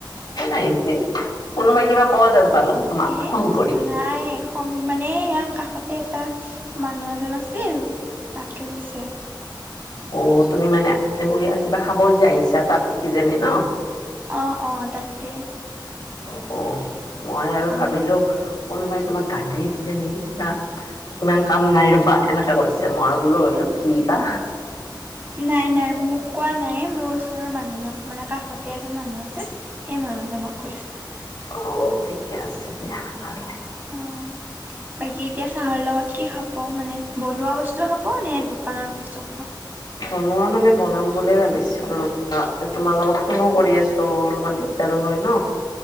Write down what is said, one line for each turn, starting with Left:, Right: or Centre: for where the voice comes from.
Left: আহিছিল কোনোবাই কিবা ক জানো? পালো। তোমাক
Right: ইয়ে
Left: ফোন কৰি।
Right: নাই। নাই সং মানে কাষতে এটা মানুহ এজন আছিল তাকে কৈছে।
Left: অ তুমি মানে কিবা খাবলগীয়া আহিছা তাত কিজানি ন?
Right: অ অ তাকতে।
Left: অ অ। মই আৰু
Right: অ'।
Left: ভাবিলো কোনোবাই তোমাক গালিয়ে দিলে নেকি বা। ইমান কাম নাই ৰ'বা, এনেকে কৰিছে মই বোলো গিলো কি বা।
Right: নাই নাই মোক কোৱা নাই। মোৰ ওচৰৰ মানুহজন মানে কাষতে এজন মানুহ আছিল। সেই মানুহজনক কৈছো।
Left: অ', ঠিকে আছে দিয়া নহলে।
Right: অ বাকী এতিয়া চাহৰ লগত কি খাব মানে বনোৱা বস্তু খাব নে দোকানৰ বস্তু খাব?
Left: বনোৱা মানে বনাম বুলি ভাবিছিলো ৰবা, তোমাৰ লগত ফোনো কৰি আছো। অলপমান দি দিগদাৰো হয় ন?